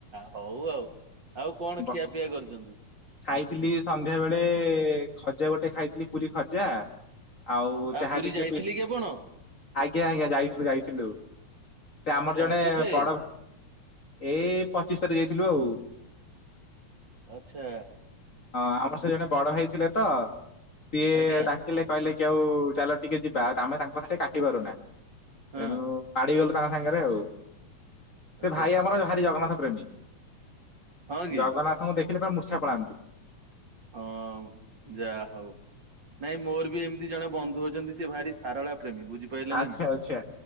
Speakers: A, on the right; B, on the left.
A: ହଉ ଆଉ ଆଉ କଣ
B: ବ
A: ଖିଆପିଆ କରିଛନ୍ତି।
B: ଖାଇଥିଲି ସନ୍ଧ୍ୟା ବେଳେ ଖଜା ଗୋଟେ ଖାଇଥିଲି ପୁରୀ ଖଜା ଆଉ
A: ଆ
B: ଚାହା
A: ପୁରୀ
B: ଟିକେ
A: ଯାଇଥିଲି
B: ପି
A: କି ଆପଣ?
B: ଆଜ୍ଞା ଆଜ୍ଞା ଯାଇଥିଲୁ ଯାଇଥିଲୁ ସେ
A: ଆଚ୍ଛା
B: ଆମର ଜଣେ
A: କେବେ
B: ବଡ ଏଇ ପଚିଶ ତାରିଖ ଯାଇଥିଲୁ ଆଉ।
A: ଆଚ୍ଛା
B: ହଁ ଆମର ସେ ଜଣେ ବଡ ଭାଇ ଥିଲେ ତ ସିଏ
A: ଆଜ୍ଞା
B: ଡାକିଲେ କହିଲେ କି ଆଉ ଚାଲ ଟିକେ ଯିବା ଆମେ ତାଙ୍କ କଥା ଟିକେ କାଟି ପାରୁନା।
A: ହଁ
B: ଏଣୁ ମାଡିଗଲୁ ତାଙ୍କ ସାଙ୍ଗରେ ଆଉ
A: ଆଚ୍ଛା
B: ସେ ଭାଇ ଆମର ହାର ଜଗନ୍ନାଥ ପ୍ରେମୀ
A: ହଁ କି
B: ଜଗନ୍ନାଥଙ୍କୁ ଦେଖିଲେ ପୁରା ମୂର୍ଛା ପଳାନ୍ତୁ।
A: ହଁ ଯାହା ହଉ ନାଇଁ ମୋର ବି ଏମିତି ଜଣେ ବନ୍ଧୁ ଅ ସେ ଭାରି ସାରଳା ପ୍ରେମୀ ବୁଝିପାରିଲେ
B: ଆଚ୍ଛା
A: ନା ନାଇଁ
B: ଆଚ୍ଛା